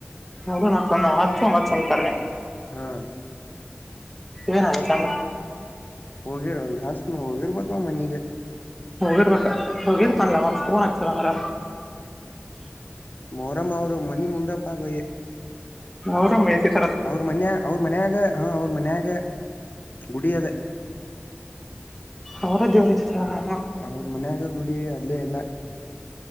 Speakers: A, in the centre; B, on the left.
A: ಹೌಡ ನ ತಂದ ಹಚ್ ಹಚ್ೊೊಂಡ ತರನ
B: ಹಾ
A: ಇನ ಚಾಮ
B: ಹೋಗಿರ ಜಾಸ್ತಿ ನೀ ಹೋಗಿರ್ಬೇಕ ಮನಗೆ
A: ಹೋಗಿರ್ಬೇಕ ಹೋಗಿರ್ತನ್ಲ್ಲ ಮತ್ತ ಫೋನ್ ಹಚ್ಚದಂದ್ರ
B: ಮೊರಂ ಅವರು ಮಣಿ ಮುಂದಪ್ಪಾಗಯೇ
A: ನೌರಾಮತ <inaudible>
B: ಅವ್ರ ಮನ್ಯ ಅವ್ರ ಮನ್ಯಾಗ ಹಾ ಅವ್ರ ಮನ್ಯಾಗ ಗುಡಿಯದ
A: ಅವರ ದೇವ್ರ ತರ
B: ಅವ್ರ ಮನ್ನಾಗ ಗುಡಿ ಅಲ್ಲೇ ಎಲ್ಲ